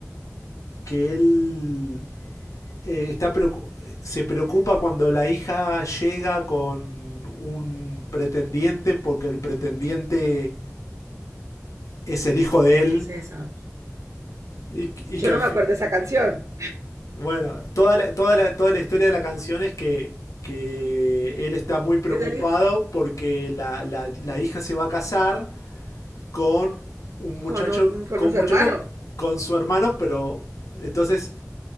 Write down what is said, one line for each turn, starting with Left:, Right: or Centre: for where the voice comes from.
Left: que él eh, está preocu- se preocupa cuando la hija llega con un pretendiente porque el pretendiente es el hijo
Right: Uy,
Left: de
Right: ¿cuál
Left: él
Right: es esa?
Left: y, y
Right: Yo
Left: que al,
Right: no me
Left: fi-
Right: acuerdo de esa canción.
Left: Bueno, toda la, toda la, toda la historia de la canción es que, que él está muy preocupado
Right: Es el hijo
Left: porque la, la- la hija se va a casar con un muchacho,
Right: con, o- con
Left: con un
Right: su
Left: muchacho
Right: hermano.
Left: con su hermano, pero entonces